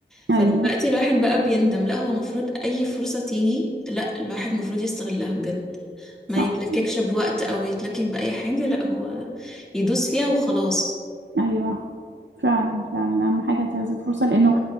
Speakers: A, in the centre; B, on the right.
A: فدلوقتي
B: ايوه
A: الواحد بقى بيندم لا هو المفروض اي فرصة تيجي لا الواحد المفروض يستغلها بجد
B: صح
A: ما يتلككش بوقت او يتلكك بأي حاجة لا هو يدوس فيها وخلاص
B: ايوه فعلا فعلا اهم حاجه انتهاز الفرصه لانه